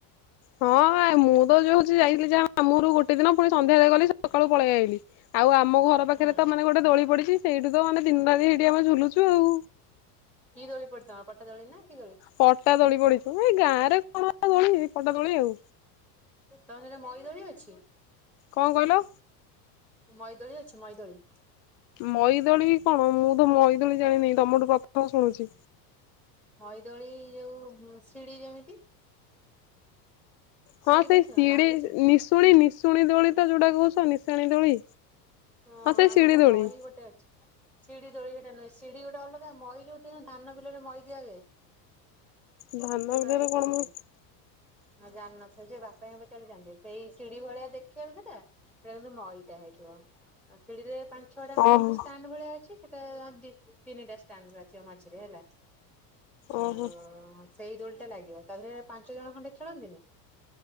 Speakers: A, on the left; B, in the centre.
A: ହଁ ମୁଁ ତ ଯୋଉ ହଉଛି ଯାଇଥିଲି ଯା ମାମୁଁ ଘରକୁ ଗୋଟେ ଦିନ ପୁଣି ସନ୍ଧ୍ୟାରେ ଗଲି ସକାଳୁ ପଳେଇ ଆଇଲି। ଆଉ ଆମ ଘର ପାଖରେ
B: ହୁଁ
A: ତ ମାନେ ଗୋଟେ ଦଳି ପଡିଛି ସେଇଠି ତ ଆମେ ଦିନ ରାତି ସେଇଠି ଆମେ ଝୁଲୁଛୁ। ଆଉ।
B: କି ଦୋଳି ପଡିଛି ତମ ପଟାଦୋଳି ନାଁ କିଦୋଳି?
A: ପଟା ଦୋଳି ପଡିଛି ଏଇ ଗାଁରେ କଣ ଆଉ ଦୋଳି ପଟା ଦୋଳି ଆଉ।
B: ତମ ସେରେ ମଇ ଦୋଳି ଅଛି?
A: କଣ କହିଲ?
B: ମଇ ଦୋଳି ଅଛି ମଇ ଦୋଳି?
A: ମଇଦୋଳି କଣ ମୁଁ ତ ମଇଦୋଳି ଜାଣିନି ତମଠୁ ପ୍ରଥମ ଶୁଣୁଛି।
B: ମଇ ଦୋଳି ଯୋଉ ଶିଡି ଯେମିତି
A: ହଁ
B: ସିଡି
A: ସେଇ
B: ଦେଖିନ
A: ସିଡି
B: ବାଉଁଶ
A: ନିଶୁଣି ନିଶୁଣି ଦୋଳି ତ ଯୋଉଟା କହୁଛ ନିଶାଣି ଦୋଳି।
B: ହଁ
A: ସେଇ
B: ଆମର
A: ଶିଡି ଦୋଳି
B: ମହି ଗୋଟେ ଅଛି। ସିଡି ଦଳି ସେଟା ନୁହେଁ ସିଡିଗୋଟେ ଅଲଗା ମଇ ଯଉ ଧାନ ବିଲରେ ମଇ ଦିଆଯଏ।
A: ଧାନ
B: ସେଇଭଳିଆ
A: ବିଲରେ
B: ହେଇଥିବ
A: କଣ
B: ଗୋଟେ
A: ମୁଁ
B: ଜାଣିନଥିବ ସେ ବାପା ଙ୍କୁ ପଚାରିଲେ ମାରିଦେବେ। ସେଇ ସିଡି ଭଳିଆ ଦେଖିବାକୁ ସେଟା କିନ୍ତୁ ମଇଟା ହେଇଥିବ। ଆ ସିଡିରେ ପାଞ୍ଚ ଛଅ ଟା ଖଣ୍ଡେ
A: ଓହୋ
B: ଏମିତି ଷ୍ଟାଣ୍ଡ ଭଳିଆ ଅଛି ସେ ଦି ତିନିଟା ଷ୍ଟାଣ୍ଡ ଭଳିଆ ଥିବ ମଝିରେ ହେଲା ଆଉ
A: ଓହୋ।
B: ସେଇ ଦୋଳି ଟା ଲାଗିବ ତା ଧରେ ପାଞ୍ଚ ଜଣ ଖଣ୍ଡେ ଖେଳନ୍ତିନି?